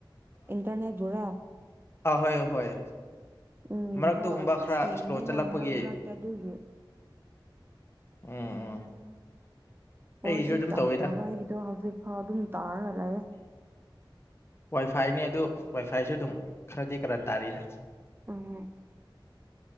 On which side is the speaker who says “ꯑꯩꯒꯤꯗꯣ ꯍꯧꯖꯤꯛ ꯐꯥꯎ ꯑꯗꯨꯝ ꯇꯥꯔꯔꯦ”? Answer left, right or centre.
Right